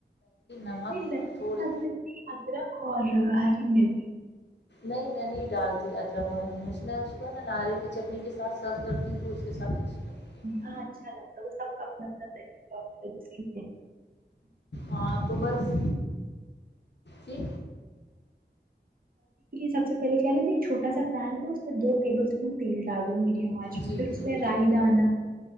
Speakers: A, on the left; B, on the right.
A: نمک
B: نہیں لہسن
A: اور تھوڑی
B: ادرک اور ہری مرچ
A: نہیں میں نہیں ڈالتی ادرک اور ہری مرچ میں اس کو ہے نا ناریل کی چٹنی کے ساتھ سرو کرتی ہوں تو اس کے ساتھ اچھی لگتی ہے
B: ہاں اچھا لگتا ہے وہ سب کا اپنا اپنا طریقہ
A: ہاں تو بس جی
B: سب سے پہلے کیالتے ایک چھوٹا سا پین ہے اس میں دو ٹیبل اس تیل ڈال دوو میڈیم آج میں
A: جی
B: پھر اس
A: جی
B: میں رائی دانا